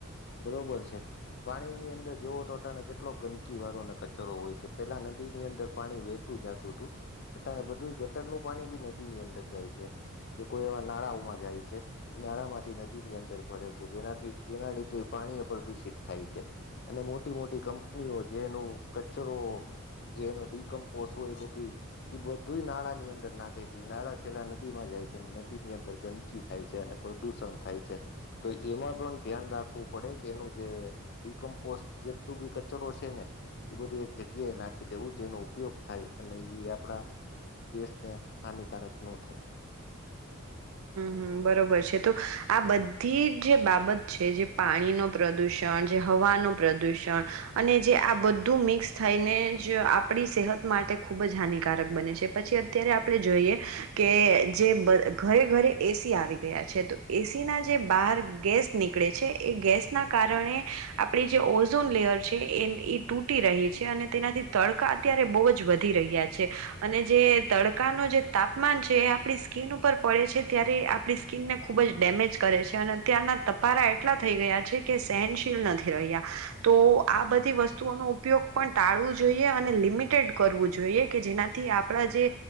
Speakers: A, on the left (about 50°); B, on the right (about 70°).
A: બરોબર છે પાણીની અંદર જવો તો અટાણે કેટલો ગંદકી વાળ અને કચરો હોય છે પેલા નદી ની અંદર પાણી વહેતું જતું હતું અટણે બધું ગટરનું પાણી બી નદી ની અંદર જાય છે કે કોઈ એવા નાળાઓમાં જાય છે એ નાળા માંથી નદી ની અંદર ભરેે છે જેનાથી જેના લીધે. પાણી એ પ્રદુષિત થાય છે અને મોટી મોટી કંપનીઓ જેનું કચરો જેનો ડીિકમ્પોસ હોય એ બધું એ બધું નાળા ની અંદર નાખે છે એ નાળા છેલ્લા નદીમાં જાય છે નદી ની અંદર ગંદકી થાય છે અને પ્રદુષણ થાય છે તો એમાં પણ ધ્યાન રાખવું. પડે કે એનું જે ડીિકમ્પોસ્ટ જેટલું બી કચરો છે ને એ બધું એક જગ્યાએ નાખી દેવું જેનો ઉપયોગ થાય અને એ આપડા દેશને હાનિકારક ન થાય.
B: હ બરાબર છે તો આ બધી જે બાબત છે જે પાણીનું પ્રદૂષણ જે હવાનું પ્રદૂષણ અને જે આ બધું મિક્સ થઈને જ આપણી સેહત માટે ખૂબ જ હાનિકારક બને છે પછી અત્યારે આપણે જોઈએ કે જે ઘરે ઘરે. એસી આવી ગયા છે તો એસી ના જે બહાર ગેસ નીકળે છે એ ગેસના કારણે આપડી જે ઓઝોન લેયર છે એ એ તૂટી રહી છે અને તેનાથી તડકા અત્યારે બહુ જ વધી રહ્યા છે. અને જે ત કા નો જે તાપમાન છે એ આપણી સ્કીન ઉપર પડે છે. ત્યારે આપણી સ્કીિનને ખૂબ જ ડેમેજ કરે છે અને અત્યારના તપારા એટલા થઈ ગયા છે કે સહનશીલ નથી રહ્યા તો આ બધી વસ્તુઓનો ઉપયોગ પણ ટાળવું જોઈએ અને લિમિટેડ કરવું જોઈએ કે જેનાથી આપણા જે